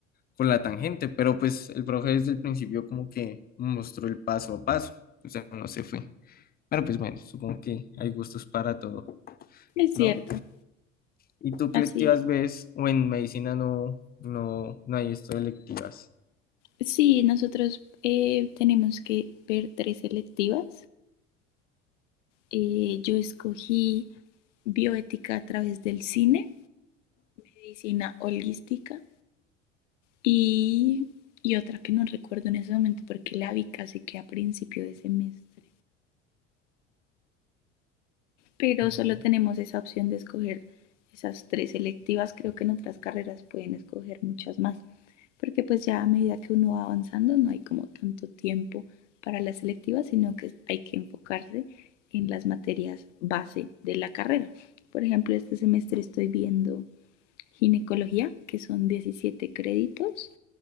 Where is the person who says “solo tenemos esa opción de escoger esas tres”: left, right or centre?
Left